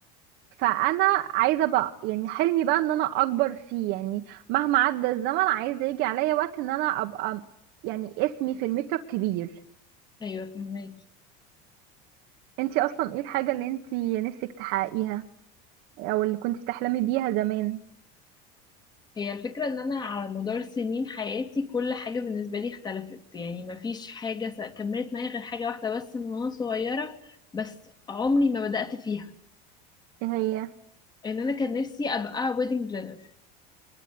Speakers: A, on the right; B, on the left.
A: فانا عايزه بقى يعني حلمي بقى ان انا اكبر فيه يعني مهما عدى الزمن عايزه يجي عليا وقت ان انا ابقى يعني اسمي في الميك اب كبير
B: ايوه فهماكي
A: انتي اصلا ايه الحاجه اللي انتي نفسك تحققيها او اللي كنت بتحلمي بيها زمان
B: هي الفكرة ان انا على مدار سنين حياتي كل حاجة بالنسبة لي اختلفت يعني مفيش حاجة س- كملت معايا غير حاجة واحدة بس من وانا صغيرة بس عمري ما بدأت فيها
A: ايه هي
B: ان انا كان نفسي ابقى ويدنج بلانر